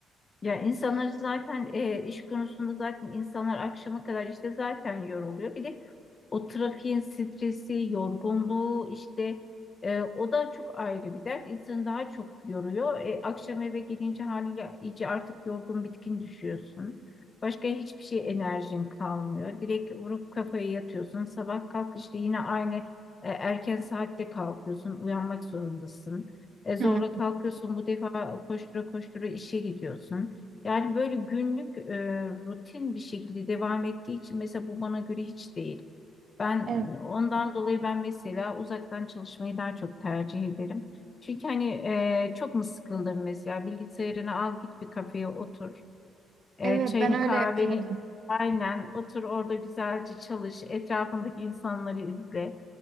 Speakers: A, on the left (about 35°); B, on the right (about 55°).
A: Ya insanlar zaten e, iş konusunda zaten insanlar akşama kadar işte zaten yoruluyor. Bir de o trafiğin stresi, yorgunluğu işte e, o da çok ayrı bir dert. İnsanı daha çok yoruyor. E, akşam eve gelince haliyle iyice artık yorgun bitkin düşüyorsun. Başka hiçbir şey enerjin kalmıyor. Direkt vurup kafaya yatıyorsun. Sabah kalk işte yine aynı e, erken saatte kalkıyorsun. Uyanmak zorundasın. E, zorla
B: Hı.
A: kalkıyorsun. Bu defa koştura koştura işe gidiyorsun. Yani böyle günlük e, rutin bir şekilde devam ettiği için mesela bu bana göre hiç değil. Ben
B: Evet,
A: ondan dolayı ben mesela uzaktan çalışmayı daha çok tercih ederim. Çünkü hani e, çok mu sıkıldın mesela bilgisayarını al git bir kafeye otur. E,
B: evet
A: çayını
B: ben öyle
A: kahveni
B: yapıyordum.
A: aynen otur orada güzelce çalış. Etrafındaki insanları izle.